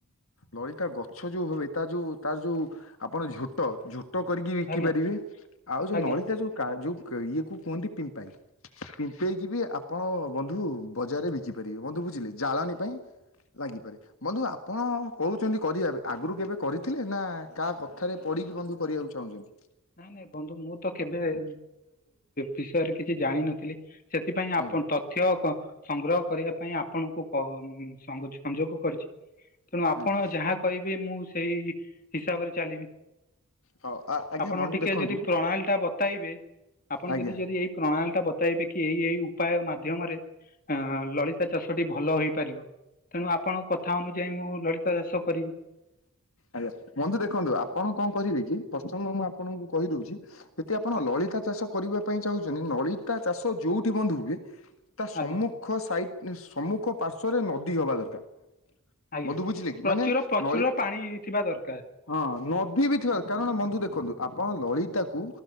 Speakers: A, on the left; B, on the left.
A: ଲଳିତା ଗ ଗଛ ଯୋଉ ହବ ତା ଯୋଉ ତା ଯୋଉ ଆପଣ ଝୋଟ ଝୋ ଟ କରିକି ବିକି
B: ଆଜ୍ଞା
A: ପାରିବେ। ଆଉ ଯୋଉ
B: ଆଜ୍ଞା
A: ନଳିତା ଯୋଉ ଯୋଉ କା ଜୁ ଇଏ କ କୁହନ୍ତି ପିମ୍ପାଇ ପିମ୍ପେଇକି ବି ଆ ପଣ ବନ୍ଧୁ ବଜାରରେ ବିକିପାରିବେ ବନ୍ଧୁ ବୁଝିଲେ ଜାଳେଣୀ ପାଇଁ ଲାଗିପାରେ ବନ୍ଧୁ ଆପଣ କହୁଛନ୍ତି କରିବା ଏବେ ଆଗରୁ କେବେ କରିଥିଲେ ନା କାହା କଥାରେ ପଢିକି ବନ୍ଧୁ କରିବାକୁ ଚାହୁଁଛନ୍ତି?
B: ନାଇଁ ନାଇଁ ବନ୍ଧୁ ମୁଁ ତ କେବେ ଏ ବିଷୟରେ କିଛି ଜାଣିନଥିଲି। ସେଥିପାଇଁ ଆପଣ
A: ଆଜ୍ଞା
B: ତ ତଥ୍ୟ ସ ସଂଗ୍ରହ କରିବା ପାଇଁ ଆପଣଙ୍କୁ କ ସଂଯୋଗ କରିଛି। ତେଣୁ ଆପଣ
A: ଆଜ୍ଞା
B: ଯାହା କହିବେ ମୁଁ ସେଇ ହିସାବରେ ଚାଲିବି।
A: ହଉ ଆଜ୍ଞା
B: ଆପଣ
A: ବନ୍ଧୁ
B: ଟିକେ
A: ଦେଖନ୍ତୁ
B: ଯଦି ପ୍ରଣାଳୀ ଟା ବତାଇବେ ଆପଣ
A: ଆଜ୍ଞା
B: ଯଦି ଯଦି ଏଇ ପ୍ରଣାଳୀ ଟା ବ ଇବେ କି ଏଇ ଏଇ ଉପାୟ ମାଧ୍ୟମରେ ଆ ଏ ଲଳିତା ଚାଷଟି ଭଲ ହୋଇ ପାରିବ ତେଣୁ ଆପଣଙ୍କ କଥା ଅନୁଯାୟୀ ମୁଁ ଲଳିତା ଚାଷ କରିବି।
A: ଆଜ୍ଞା। ବନ୍ଧୁ ଦେଖନ୍ତୁ ଆପଣ କଣ କରିବେ କି ପ୍ରଥମ ମୁଁ ଆପଣଙ୍କୁ କହିଦଉଛି ଯଦି ଆପଣ
B: ଆଜ୍ଞା
A: ଲଳିତା ଚାଷ କରିବା ପାଇଁ ଚାହୁଁଛନ୍ତି ଲଳିତା ଚାଷ ଯୋଉଠି ବନ୍ଧୁ ହୁଏ ତା ସମ୍ମୁଖ
B: ଆଜ୍ଞା
A: ସାଇଟ ସମ୍ମୁଖ ପାର୍ଶରେ ନଦୀ ହବା ଦରକାର।
B: ଆଜ୍ଞା
A: ବନ୍ଧୁ ବୁଝିଲେ କି
B: ପ୍ରଚୁର
A: ମାନେ
B: ପ୍ରଚୁର
A: ନଳି
B: ପାଣି ଥିବା ଦରକାର
A: ହଁ ନଦୀ ବି ଥିବ କାରଣ ବନ୍ଧୁ ଦେଖନ୍ତୁ ଆପଣ ଲଳିତାକୁ